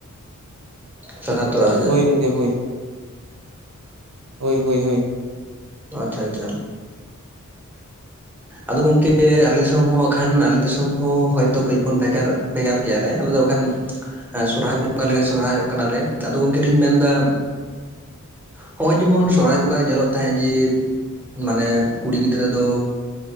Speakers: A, in the centre; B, on the right.
A: ᱥᱟᱠᱨᱟᱛ ᱛᱚᱨᱟ ᱟᱹᱧ ᱾
B: ᱦᱳᱭ ᱜᱚᱝᱠᱮ ᱦᱳᱭ, ᱦᱳᱭ ᱦᱳᱭ ᱦᱳᱭ
A: ᱟᱪᱪᱷᱟ ᱟᱪᱪᱷᱟ ᱟᱫᱚ ᱜᱚᱝᱠᱮ ᱟᱞᱮ ᱫᱤᱥᱚᱢ ᱦᱚᱸ ᱠᱷᱟᱱ ᱟᱞᱮ ᱫᱤᱥᱚᱢ ᱦᱚᱸ ᱦᱚᱭᱛᱚ ᱠᱟᱹᱡ ᱵᱚᱱ ᱵᱷᱮᱜᱟᱨ, ᱵᱷᱮᱜᱟᱨ ᱜᱮᱭᱟᱞᱮ ᱟᱞᱮ ᱫᱚ ᱠᱷᱟᱱ ᱥᱚᱨᱦᱟᱭ ᱵᱚᱸᱜᱟ ᱨᱮᱜᱮ ᱥᱚᱨᱚᱦᱟᱭᱼᱚᱜ ᱠᱟᱱᱟᱞᱮ ᱟᱫᱚ ᱜᱚᱢᱠᱮ ᱞᱤᱧ ᱢᱮᱱᱫᱟ ᱦᱚᱸᱜᱼᱚᱭ ᱡᱮᱢᱚᱱ ᱥᱚᱨᱦᱟᱭ ᱵᱚᱸᱜᱟᱨᱮ ᱧᱮᱞᱚᱜ ᱛᱟᱦᱮᱸᱫ ᱡᱮ ᱢᱟᱱᱮ ᱠᱩᱲᱤ ᱜᱤᱫᱽᱨᱟᱹ ᱫᱚ